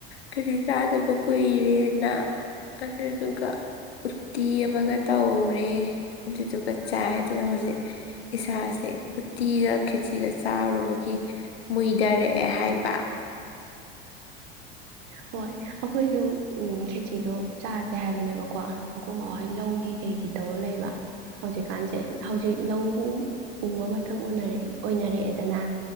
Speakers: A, on the left (about 80°); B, on the right (about 60°).
A: ꯈꯦꯖꯤ ꯆꯥꯗꯕ ꯀꯨꯏꯔꯦꯅ ꯑꯗꯨꯗꯨꯒ ꯎꯠꯇꯤ ꯑꯃꯒ ꯇꯧꯔꯦ ꯑꯗꯨꯗꯨꯒ ꯆꯥꯏ ꯑꯗꯨꯅ ꯍꯧꯖꯤꯛ ꯏꯁꯥꯁꯦ ꯎꯠꯇꯤꯒ ꯈꯦꯖꯤꯒ ꯆꯥꯔꯨꯕꯒꯤ ꯃꯨꯏꯗꯔꯛꯑꯦ ꯍꯥꯏꯕ
B: ꯍꯣꯏ ꯑꯩꯈꯣꯏꯁꯨ ꯎꯝꯦ ꯁꯤꯤꯗꯣ ꯆꯥꯥꯁꯦ ꯍꯥꯏꯕꯅꯦꯕꯀꯣ ꯑꯩꯈꯣꯏ ꯍꯣꯏ ꯂꯧꯒꯤ ꯀꯩꯒꯤ ꯇꯧꯕꯔ ꯂꯩꯕ ꯍꯧꯖꯤꯛ ꯀꯥꯟꯁꯦ ꯍꯧꯖꯤꯛ ꯂꯧ ꯎꯕ ꯃꯇꯝ ꯑꯣꯏꯅꯔꯛꯑꯦꯗꯅ